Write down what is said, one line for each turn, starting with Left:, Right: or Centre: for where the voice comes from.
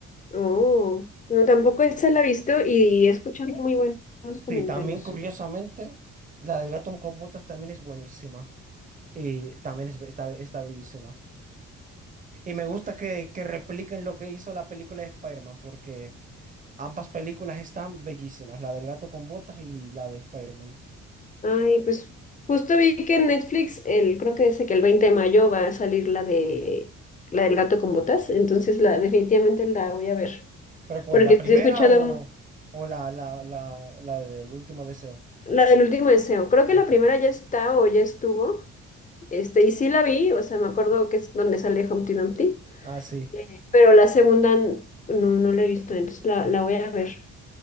Left: Oh, no, tampoco esa la he visto y he escuchado muy buenos comentarios.
Right: Sí, también curiosamente, la del gato con botas también es buenísima y también es, be- está, está bellísima. Y me gusta que, que repliquen lo que hizo la película de Spider-Man porque... Ambas películas están bellísimas, la del gato con botas y la de Spider-Man.
Left: Ay, pues justo vi que en Netflix, el, creo que dice que el 20 de mayo va a salir la de la del gato con botas, entonces la definitivamente la voy a ver,
Right: ¿Pero cuál?
Left: porque
Right: ¿La primera
Left: sí he escuchado
Right: o,
Left: mu-
Right: o la, la, la, la del último deseo?
Left: la del último deseo. Creo
Right: Ok.
Left: que la primera ya está o ya estuvo, este, y sí la vi, o sea, me acuerdo que es donde sale Humpty Dumpty,
Right: Ah, sí,
Left: eh, pero la segunda n- no, no la he visto, entonces la, la voy a ver.